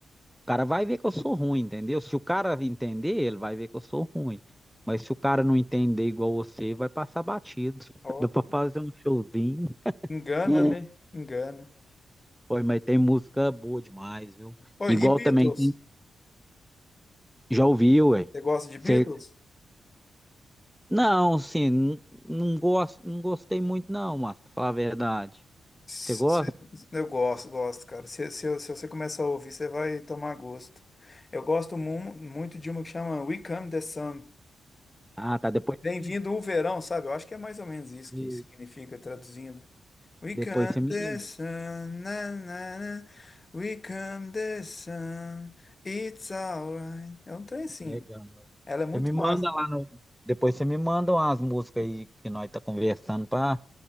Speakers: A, in the centre; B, on the left.
A: o cara vai ver que eu sou ruim, entendeu? Se o cara entender, ele vai ver que eu sou ruim. Mas se o cara não entender igual você, vai passar batido. <laughs>
B: Ó,
A: Dá pra fazer um showzinho.
B: engana,
A: <laughs>
B: né? Engana.
A: Oi, mas tem música boa demais, viu?
B: Oi,
A: Igual
B: e Beatles?
A: também tem. Já ouviu, ué?
B: Você gosta de Beatles?
A: Você. Não, assim, n- não gosto, não gostei muito, não, mas pra falar a verdade.
B: Se-
A: Você gosta?
B: se- Eu gosto, gosto, cara. Se, se, se você começar a ouvir, você vai tomar gosto. Eu gosto mu- muito de uma que chama We Come the Sun.
A: Ah, tá. Depois,
B: Bem-vindo
A: me-
B: o verão, sabe? Eu acho que é mais ou menos isso
A: de-
B: que significa traduzindo. We
A: depois
B: come
A: você me.
B: the sun, na, na, na. We come the sun, it's alright. É um trem sim.
A: Legal.
B: Ela é muito
A: Você me manda
B: massa.
A: lá no. Depois você me manda umas músicas aí que nós tá conversando pra,